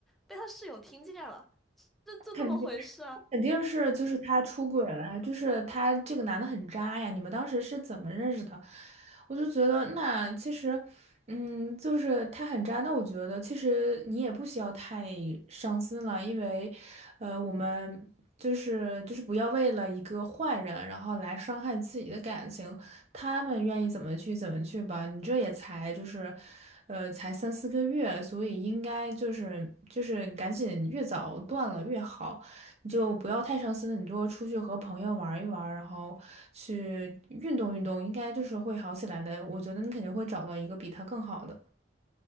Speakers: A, in the centre; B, on the right.
A: 被他室友听见了，就就这么回事啊。
B: 肯定。肯定是就是他出轨了就是他这个男的很渣呀。你们当时是怎么认识的？我就觉得那其实，嗯，就是他很渣。那我觉得其实你也不需要太伤心了，因为，呃，我们就是就是不要为了一个坏人，然后来伤害自己的感情。他们愿意怎么去怎么去吧。你这也才就是，呃，才三四个月，所以应该就是就是赶紧越早断了越好。你就不要太伤心了，你多出去和朋友玩一玩，然后去运动运动，应该就是会好起来的。我觉得你肯定会找到一个比他更好的。